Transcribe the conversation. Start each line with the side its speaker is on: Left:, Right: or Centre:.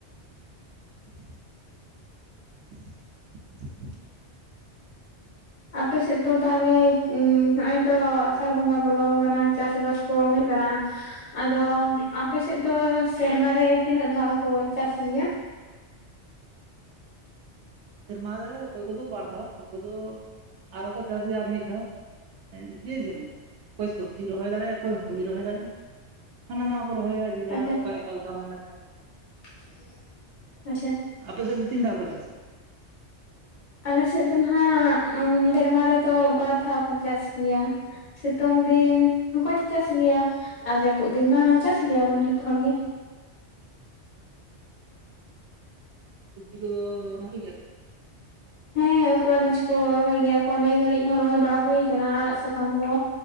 Right: <inaudible>
Left: ᱟᱯᱮᱥᱮᱫ ᱫᱚ ᱛᱟᱦᱚᱞᱮ ᱦᱸᱚᱜ-ᱚᱭ ᱛᱚ ᱟᱥᱟᱲ ᱵᱚᱸᱜᱟ ᱵᱚᱞᱚᱣ ᱟᱠᱟᱱᱟ ᱪᱟᱥ ᱵᱟᱥ ᱠᱚ ᱦᱩᱭᱩᱜ ᱠᱟᱱᱟ᱾ ᱟᱫᱚ ᱟᱯᱮ ᱥᱮᱫ ᱫᱚ ᱥᱮᱨᱢᱟ ᱨᱮ ᱛᱤᱱᱟᱹᱜ ᱫᱷᱟᱣ ᱠᱚ ᱪᱟᱥ ᱜᱮᱭᱟ?
Right: ᱥᱮᱨᱢᱟ ᱨᱮ ᱚᱠᱚᱭ ᱠᱚᱫᱚ ᱵᱟᱨ ᱫᱷᱟᱣ ᱚᱠᱚᱭ ᱠᱚᱫᱚ ᱟᱨᱦᱚ ᱠᱚ ᱪᱟᱥ ᱜᱮᱭᱟ ᱟᱨ ᱢᱤᱫ ᱫᱷᱟᱣ᱾ ᱡᱮ ᱡᱮᱢᱚᱱ ᱚᱠᱚᱭ ᱥᱚᱵᱽᱡᱤ ᱨᱚᱦᱚᱭ ᱫᱟᱲᱮᱭᱟᱜᱼᱟ, ᱚᱠᱚᱭ ᱦᱳᱲᱩᱭ ᱨᱚᱦᱚᱭ ᱫᱟᱲᱮᱭᱟᱜᱼᱟ᱾ ᱦᱟᱱᱟ ᱱᱟᱣᱟ ᱠᱚ ᱨᱚᱦᱚᱭᱟ ᱡᱮᱡᱟᱨ
Left: ᱟᱪᱪᱷᱟ
Right: ᱚᱠᱚᱭ ᱚᱠᱟ ᱞᱮᱠᱟ ᱢᱚᱱᱮ ᱛᱟᱭ᱾
Left: <inaudible> ᱟᱪᱪᱷᱟ᱾
Right: ᱟᱯᱮ ᱥᱮᱫ ᱫᱚ ᱛᱤᱱ ᱫᱷᱟᱣ ᱠᱚ ᱪᱟᱥ ᱜᱮᱭᱟ?
Left: ᱟᱞᱮᱥᱮᱫ ᱫᱚ ᱱᱟᱦᱟᱜ ᱰᱮᱨᱢᱟ ᱨᱮᱫᱚ ᱵᱟᱨ ᱫᱷᱟᱣ ᱠᱚ ᱪᱟᱥ ᱜᱮᱭᱟ᱾ ᱥᱤᱛᱩᱝ ᱫᱤᱱ ᱦᱚᱸᱠᱚ ᱪᱟᱥ ᱜᱮᱭᱟ ᱟᱨ ᱡᱟᱹᱯᱩᱫ ᱫᱤᱱ ᱢᱟ ᱪᱟᱥ ᱜᱮᱭᱟᱵᱚᱱ ᱡᱚᱛᱚ ᱦᱚᱲ ᱜᱮ᱾
Right: <inaudible> ᱨᱚᱦᱚᱭ ᱜᱮᱭᱟ
Left: ᱦᱮᱸ ᱩᱛᱩ ᱟᱱᱟᱡ ᱠᱚ ᱨᱚᱦᱚᱭ ᱜᱮᱭᱟ ᱠᱚ ᱱᱤᱭᱟ ᱜᱷᱲᱤᱡ ᱦᱚᱸ ᱨᱚᱦᱚᱭ ᱵᱟᱲᱟ ᱦᱩᱭ ᱟᱠᱟᱱᱟ ᱟᱲᱟᱜ ᱥᱟᱠᱟᱢ ᱠᱚ᱾